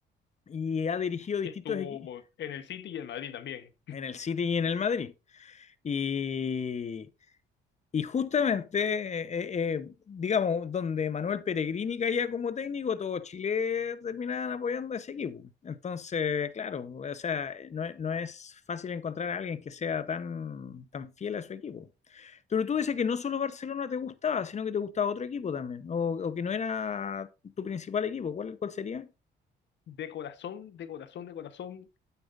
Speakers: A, on the left; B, on the left.
A: y ha dirigido distintos
B: y estuvo
A: equipos
B: en el City y el Madrid también.
A: en el City y en el Madrid. Y, Y justamente, eh, eh, eh, digamos, donde Manuel Peregrini caía como técnico, todo Chile terminaban apoyando a ese equipo. Entonces, claro, o sea, no, es- no es fácil encontrar a alguien que sea tan, tan fiel a su equipo. Pero tú dices que no solo Barcelona te gustaba, sino que te gustaba otro equipo también, o, o que no era tu principal equipo. ¿Cuál, cuál sería?
B: De corazón, de corazón, de corazón,